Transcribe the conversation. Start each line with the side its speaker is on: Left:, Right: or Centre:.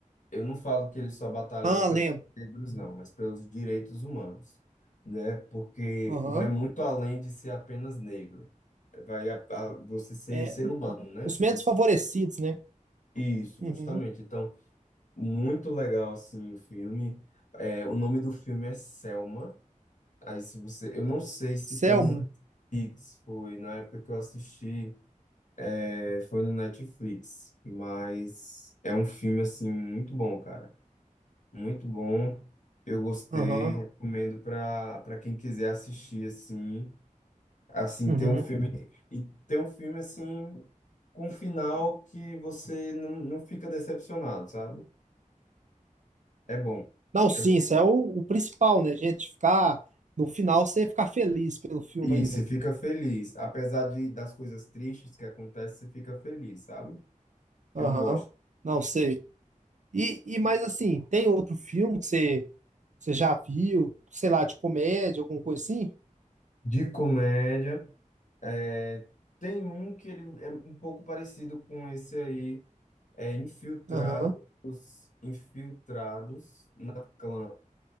Left: Eu não falo que eles só batalharam
Right: Ah,
Left: pelos
Right: lembro.
Left: negros, não, mas pelos direitos humanos, né? Porque
Right: Aham.
Left: vai muito além de ser apenas negro. Vai a, a- você ser
Right: É,
Left: ser humano, né?
Right: os menos
Left: Você-
Right: favorecidos, né?
Left: isso,
Right: Uhum.
Left: justamente. Então, muito legal, assim, o filme. Eh, o nome do filme é Selma. Aí, se você... Eu não sei se
Right: Selma.
Left: tem no Netflix, foi na época que eu assisti. É, Foi no Netflix, mas é um filme assim muito bom, cara. Muito bom. Eu gostei,
Right: Aham.
Left: recomendo para para quem quiser assistir assim, assim
Right: Uhum.
Left: ter um filme e ter um filme assim com um final que você não, não fica decepcionado, sabe? É bom,
Right: Não, sim,
Left: é bom.
Right: isso é o, o principal, né, gente? Ficar. No final, você ficar feliz pelo filme
Left: E
Right: ainda.
Left: você fica feliz, apesar de das coisas tristes que acontecem, você fica feliz, sabe?
Right: Aham.
Left: Eu gosto.
Right: Não sei. E, e mais assim, tem outro filme que você, você já viu, sei lá, de comédia, alguma coisa assim?
Left: De comédia É, tem um que ele é um pouco parecido com esse aí, é Infiltrados,
Right: Aham,
Left: Infiltrados na Clã.